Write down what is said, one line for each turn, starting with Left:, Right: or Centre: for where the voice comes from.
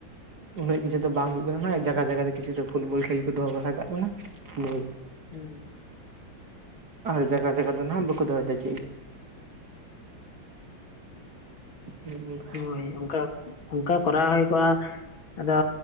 Right: ᱩᱱᱟᱹᱜ ᱠᱤᱪᱷᱩ ᱫᱚ ᱵᱟᱝ ᱦᱩᱭᱩᱜ ᱠᱟᱱᱟ ᱦᱟᱸᱜ ᱡᱟᱭ ᱡᱟᱭᱜᱟ ᱠᱤᱪᱷᱩ ᱯᱷᱩᱵᱚᱞ ᱠᱷᱮᱞ ᱠᱚ ᱫᱚᱦᱚ ᱵᱟᱲᱟ ᱠᱟᱜ ᱠᱟᱱᱟ᱾ <inaudible>
Left: <unintelligible>
Right: ᱟᱨ ᱡᱟᱜᱟ ᱡᱟᱜᱟ ᱫᱚ ᱱᱟᱦᱟᱜ ᱵᱟᱠᱚ ᱫᱚᱦᱚᱭᱮᱫᱟ ᱪᱮᱫ ᱦᱚᱸ᱾ ᱚᱱᱮ ᱚᱱᱠᱟ
Left: ᱦᱳᱭ ᱚᱱᱠᱟ ᱚᱱᱠᱟ ᱠᱚᱨᱟᱣ ᱦᱩᱭ ᱠᱚᱜ-ᱟ ᱟᱫᱚ